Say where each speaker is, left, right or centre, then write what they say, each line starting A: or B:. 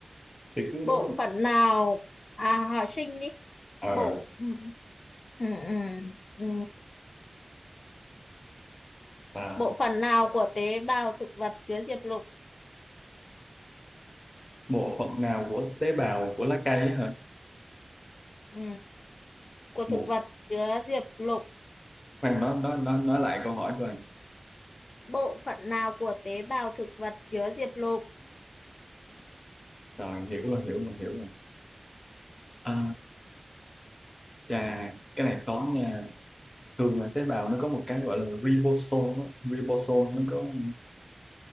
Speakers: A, on the left; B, on the left.
A: Thì cứ
B: bộ
A: đúng không?
B: phận nào à hỏi sinh đi
A: Ờ,
B: bộ ừ, ừ, ừ, ừ.
A: sao?
B: bộ phận nào của tế bào thực vật chứa diệp lục
A: bộ phận nào của tế bào của lá cây á hả
B: ừ. của thực
A: một
B: vật chứa diệp lục
A: khoan nó nó nó nói lại câu hỏi rồi
B: bộ phận nào của tế bào thực vật chứa diệp lục
A: rồi hiểu rồi hiểu rồi hiểu rồi à, chà cái này khó nha thường là tế bào nó có một cái gọi là ribosome á. ribosome nó có